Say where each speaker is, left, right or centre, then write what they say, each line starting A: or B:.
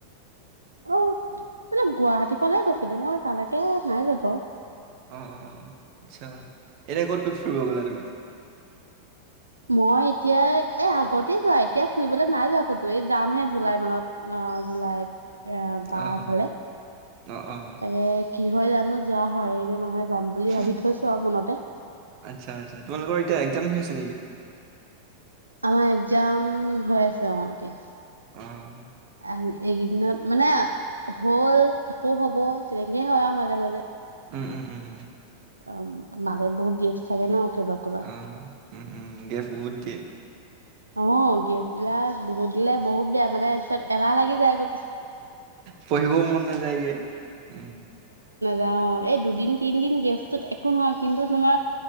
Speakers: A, on the right; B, on the right.
A: অ' মানে গুৱাহাটী ফালে গৈছিলো মই তালৈকে নাই যোৱা বাৰু।
B: অ'অ' আচ্ছা এনে ক'ত ক'ত ফুৰিব গলা তুমি?
A: মই এতিয়া এ আগতেই যোৱা এতিয়া ফুৰিবলৈ নাই যোৱা ক'তো। যামহে জুলাই মাহত অ'। জুলাইত। এয়া বা
B: অ অ
A: ঘৰলে।
B: অ', অ'।
A: তাকে কি হয় জানো যোৱা হয়গে নহয়? যাম বুলি ভাবি
B: উম উম
A: থৈছো আৰু মনতে
B: আচ্ছা আচ্ছা তোমালোকৰ এতিয়া এক্জাম হৈ আছে নেকি?
A: আমাৰ একজাম হৈ আছে অ'এতিয়া।
B: অ'।
A: আৰু এইকেইদিনত মানে হ'ল আকৌ হ'ব তেনেকে হয় আৰু মাজে মাজে।
B: উম উম উম।
A: অ', মাজত বহুত গেপ্ছ থাকে ন। ক'ৰবাত ক'ৰবাত
B: অ উম উম গেপ্ছ বহুত দিয়ে।
A: অ' গেপ্ছবিলাক বহুত দিলে বহুত বেয়া মানে। এলাহ লাগি যায়গে।
B: পঢ়িবও মন নাযায়গে উম।
A: যাওঁ। এই দুদিন তিনদিন গেপ্ছটোত এক নহয় কিন্তু তোমাৰ